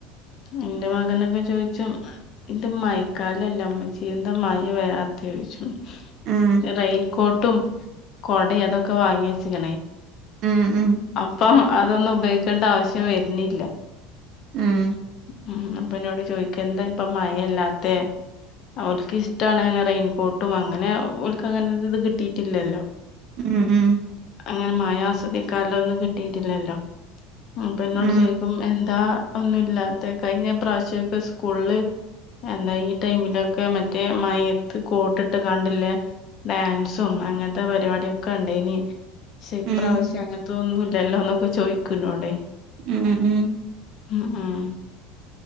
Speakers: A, on the left; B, on the right.
A: ഇന്റെ മകനൊക്കെ ചോയ്ച്ചും ഇത് മഴക്കാലല്ലേ ഇമ്മച്ചെ എന്താ മഴ വരാതേ ചോയ്ച്ചും
B: ഉം
A: റെയിൻകോട്ടും, കോടയും അതൊക്കെ വാങ്ങി വെച്ചിക്ണേ
B: ഉം ഉം
A: അപ്പം അതൊന്നും ഉപയോഗിക്കേണ്ട ആവശ്യം വര്ന്നില്ല
B: ഉം
A: ഉം അപ്പ ഇന്നോട് ചോദിക്ക എന്താ ഇപ്പ മഴല്ലാത്തെ ഓൽക്കിഷ്ടാണ് റൈൻകോട്ടും അങ്ങനെ ഒൽകങ്ങൻത്തെരിത് കിട്ടീട്ടില്ലല്ലോ
B: ഉം ഉം
A: അങ്ങനെ മഴ ആസ്വദിക്കാലൊന്നും കിട്ടീട്ടില്ലല്ലോ അപ്പെ ഇന്നോട്
B: ഉം
A: ചോയ്ക്കും എന്താ ഇപ്പോന്നൂല്ലാതെ കഴിഞ്ഞപ്രാവശ്യ ഇപ്പ സ്കൂള് എന്താ ഈ ടൈമിലൊക്കെ മറ്റേ മഴത്ത് കോട്ടിട്ട് കാണ്ട്ല്ലേ ഡാൻസും അങ്ങൻത്തെ പരിപാടിക്കെ ഇണ്ടയ്നി പക്ഷെ ഇപ്രാവശ്യം
B: ഉം
A: അങ്ങൻതെതൊന്നും ഇല്ലല്ലോ ന്നൊക്കെ ചോയ്ക്കും ഇന്നോടെ
B: ഉം ഉം
A: ആഹ് ആഹ്